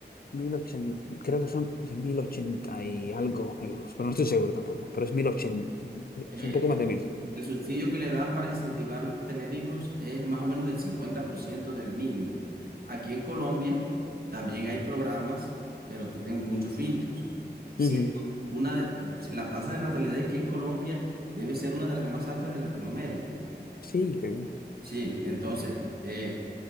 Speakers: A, on the left (about 55°); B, on the right (about 60°).
A: mil ochenta creo que son mil ochenta y algo euros, pero no estoy seguro tampoco. Pero es mil ochenta,
B: Eh,
A: es un poco más de mil.
B: el subsidio que le dan para incentivar tener hijos es más o menos del 50% del mínimo. Aquí en Colombia también hay programas, pero tienen muchos filtros. Siendo
A: Ujú.
B: una de- si la tasa de natalidad aquí en Colombia debe ser una de las más altas de Latinoamérica.
A: Sí, qué bien.
B: Sí, entonces, eh,